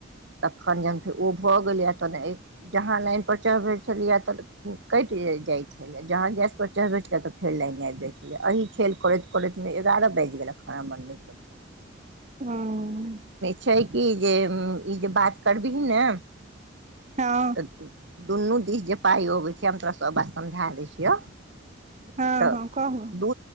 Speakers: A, on the right; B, on the right.
A: तखन जहन फेर ओ भ‌गेलैए तहन जहाँ लाइन पर चढ़बै छलियै त ह कैट जाइ छै जहाँ गैसपर चढ़बैत छलै त फेर लाइन आबि जाइ छलै एहि खेल करैत करैतमे एगारह बाजि गेलक खाना बनबैत बनबै
B: हूं
A: छै कि जे ई जे बात करबिही ने
B: हँ
A: तऽ दुनू दिश जे पाइ अबै छै हम तोरा सभ बात समझा दै छियौ
B: हँ
A: तऽ
B: हँ कहू
A: दू